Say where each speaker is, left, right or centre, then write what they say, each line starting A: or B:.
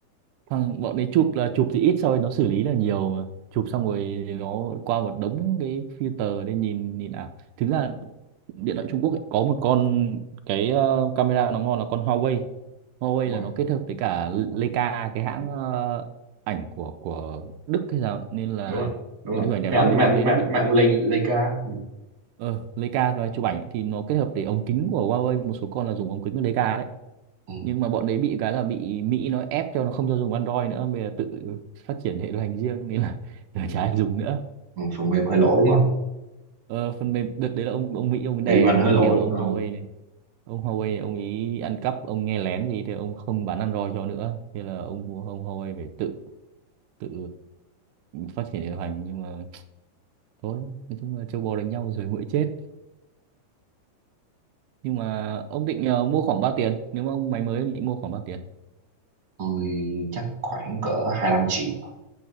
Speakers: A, on the right; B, on the right.
A: thằng bọn đấy chụp là chụp thì ít rồi nó xử lý là nhiều mà chụp xong rồi nó qua một đống cái filter để nhìn nhìn ảo thực ra điện thoại Trung Quốc ấy, có một con cái ờ, camera nó ngon là con Huawei Huawei
B: đó
A: là nó kết hợp với cả Leica cái hãng ờ, ảnh của của Đức hay sao ấy. nên là
B: đúng rồi đúng
A: bọn
B: rồi
A: hình ảnh đẹp
B: mạng
A: lắm nhưng
B: mạng
A: bọn đấy
B: mạng
A: nó bị một
B: mạng
A: cái là-
B: mấy ảnh, ca ừ.
A: ờ Leica cái chụp ảnh thì nó kết hợp để ống kính của Huawei một số con là dùng ống kính của Leica đấy
B: Ừ.
A: nhưng mà bọn đấy bị cái là bị Mỹ nó ép cho nó không cho dùng Android nữa bây giờ tự phát triển hệ điều hành riêng nên là <laughs> giờ
B: Ừ.
A: chả ai dùng nữa
B: Ừ. phần mềm hơi lỗi đúng không
A: ờ, phần mềm đợt đấy là ông ông Mỹ ông ấy đè
B: thì điều anh
A: ông
B: hơi
A: ấy
B: lỗi
A: kêu là ông
B: ờ,
A: Huawei này ông Huawei này ông ấy ăn cắp ông nghe lén gì thì ông không bán Android cho nữa thế là ông ông Huawei phải tự tự phát triển hệ điều hành nhưng mà thôi nói chung là châu bò đánh nhau rồi muỗi chết nhưng mà ông định ờ, mua khoảng bao tiền nếu mà ông máy mới ông định mua khoảng bao tiền
B: tôi chắc khoảng cỡ hai lăm triệu